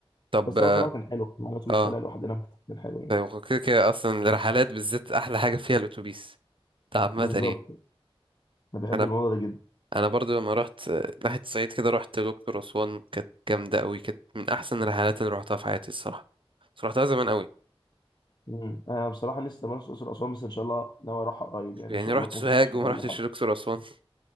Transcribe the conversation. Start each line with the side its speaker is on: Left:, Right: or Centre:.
Right: طب
Left: بس
Right: اه
Left: هو بصراحه كان حلو كان معانا اتوبيس
Right: آه،
Left: طالع لوحدنا كان حلو يعني
Right: طيب هو كده كده أصلا الرحلات بالذات أحلى حاجة فيها الأتوبيس ده عامة
Left: بالظبط
Right: يعني
Left: انا بحب
Right: أنا
Left: الموضوع ده جدا
Right: انا برضو لما رحت ناحيه الصعيد كده رحت دكتور اسوان كانت جامده قوي كانت من احسن الرحلات اللي رحتها في حياتي الصراحه بس رحتها زمان قوي
Left: مم. انا بصراحه لسه ما رحتش الاقصر واسوان بس ان شاء الله ناوي اروحها قريب يعني
Right: يعني
Left: ان شاء
Right: رحت
Left: الله في
Right: سوهاج
Left: ممكن في الشتاء
Right: وما رحتش
Left: ولا حاجه
Right: دكتور اسوان